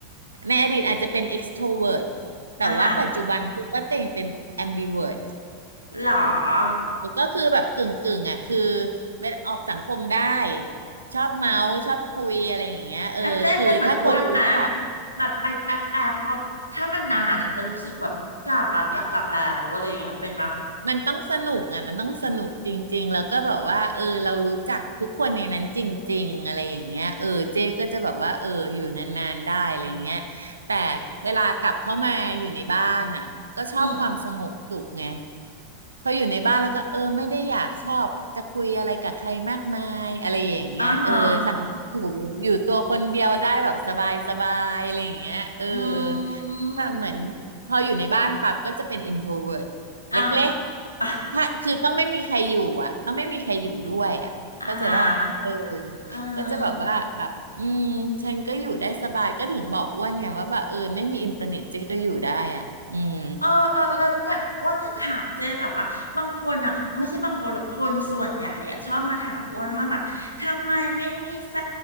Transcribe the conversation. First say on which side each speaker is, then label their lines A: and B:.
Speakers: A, on the right; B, on the left.
A: ในอดีตอาจจะเป็น extrovert แต่ว่าปัจจุบันคือว่าเต่งเป็น
B: อ่าฮะ
A: ambivert
B: เหรอ
A: ก็คือแบบกึ่งกึ่งอ่ะคือเวลาออกสังคมได้ชอบเมาส์ชอบคุยอะไรอย่างเงี้ยเออคือถ้าคนรู้จัก
B: แล้วเจ๊เป็นเหมือนอ้วนไหมะแบบไปแป๊บแป๊บพอถ้ามันนานอ่ะจะรู้สึกแบบกลับอะอยากกลับแล้วอะไรอย่างเงี้ยเป็นปะ
A: มันต้องสนุกอ่ะมันต้องสนุกจริงๆแล้วก็แบบว่าเออเรารู้จักทุกคนในนั้นจริงๆอะไรอย่างเงี้ยเออเจ๊ก็จะแบบว่าเอออยู่นานๆได้อะไรอย่างเงี้ยแต่เวลากลับเข้ามาอยู่ในบ้านอ่ะก็ชอบความสงบสุขไง
B: อืม
A: พออยู่ในบ้านแล้วก็เออไม่ได้อยากชอบจะคุยอะไรกับใครมากมายอะไรอย่างเงี้ยเออสั่งอยู่อยู่ตัวคนเดียวได้แบบสบายสบายอะไรอย่างเงี้ยเออ
B: อ่าฮะอืม
A: แบบเหมือนพออยู่ในบ้านปั๊บก็จะเป็นอินโทรเวิร์ตเล็กๆ
B: อ้าว <laughs> อ่ะ
A: ถ้าคือต้องไม่มีใครอยู่อ่ะต้องไม่มีใครอยู่ด้วยอ่ะเข้าใจป่ะเออ
B: อ่าฮะเออ
A: ก็จะแบบว่าแบบอืมฉันก็อยู่ได้สบายก็ถึงบอกอ้วนไงว่าแบบเออไม่มีอินเทอร์เน็ตเจ๊ก็อยู่ได้อ่ะอืม
B: เออเออแล้วแบบอ้วนจะถามเจ๊แบบว่าบางคนอ่ะไม่ใช่บางคนหรอกคนส่วนใหญ่อ่ะชอบมาถามอ้วนว่าแบบทำไมไม่มีแฟ